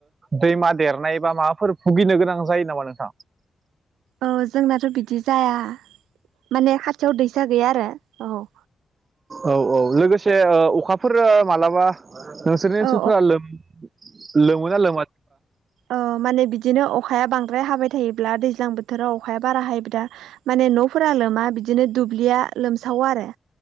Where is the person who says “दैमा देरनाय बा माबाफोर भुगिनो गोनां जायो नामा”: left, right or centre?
Right